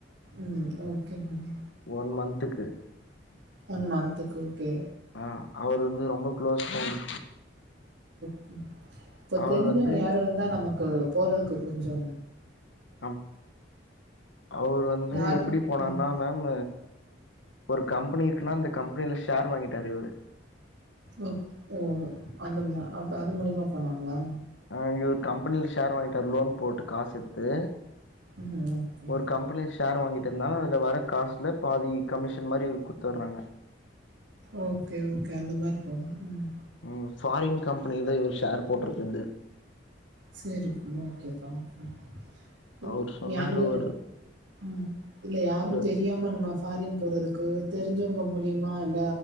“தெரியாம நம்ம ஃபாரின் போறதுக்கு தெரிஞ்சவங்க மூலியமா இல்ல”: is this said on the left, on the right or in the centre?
Right